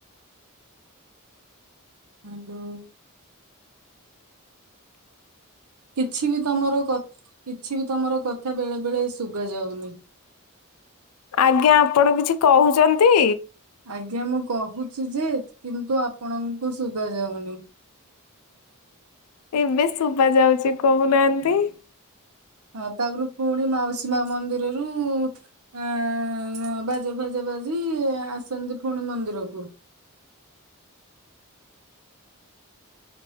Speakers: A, on the right; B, on the left.
A: <inaudible> କିଛି ବି ତମର କ କିଛି ବି ତମର କଥା ବେଳେ ବେଳେ ଶୁଗା ଯାଉନି।
B: ଆଜ୍ଞା, ଆପଣ କିଛି କହୁଚନ୍ତି।
A: ଆଜ୍ଞା, ମୁଁ କହୁଚି ଯେ କିନ୍ତୁ ଆପଣଙ୍କୁ ଶୁଗା ଯାଉନି।
B: ଏବେ ଶୁବା ଯାଉଚି, କହୁ ନାଆନ୍ତି।
A: ହଁ, ତା ଗୁରୁ ପୁଣି ମାଉସୀ ମା ମନ୍ଦିରରୁ ଆଁ ବାଜା ଫାଜା ବାଜି ଆସନ୍ତି ଫୁଣି ମନ୍ଦିରକୁ।